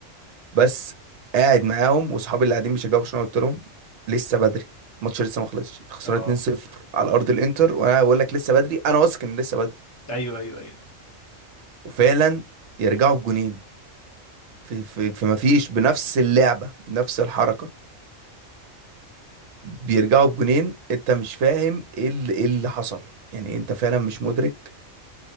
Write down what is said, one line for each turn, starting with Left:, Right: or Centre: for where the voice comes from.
Right: بس قاعد معاهم واصحابي اللي قاعدين بيشجعوا برشلونة قلت لهم لسه بدري الماتش لسه ما خلصش خسرنا
Left: اه
Right: 2-0 على ارض الانتر وانا بقول لك لسه بدري انا واثق ان لسه بدري
Left: ايوه ايوه ايوه
Right: وفعلا يرجعوا بجونين في في في ما فيش بنفس اللعبة بنفس الحركة بيرجعوا بجونين انت مش فاهم ايه اللي, إيه اللي حصل يعني انت فعلا مش مدرك